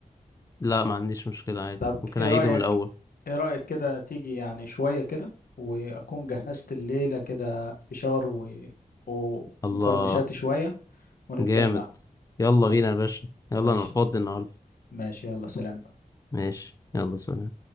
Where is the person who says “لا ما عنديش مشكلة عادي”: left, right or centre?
Left